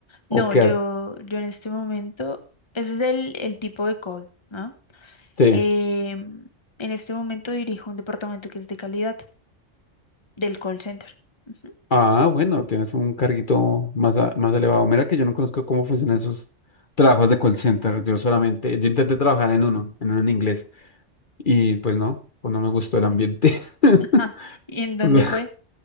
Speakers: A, on the left; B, on the left.
A: No,
B: ¿O qué
A: yo,
B: haces?
A: yo en este momento, ese es el, el tipo de call, ¿no?
B: Sí.
A: Eh, en este momento dirijo un departamento que es de calidad del call center. Ujú.
B: Ah, bueno, tienes un carguito más, a- más elevado. Mira que yo no conozco cómo funcionan esos trabajos de call center. Yo solamente, yo intenté trabajar en uno, en uno en inglés, y pues no, pues no me gustó el ambiente. <laughs>
A: Ah, <laughs> ¿Y en dónde
B: O sea,
A: fue?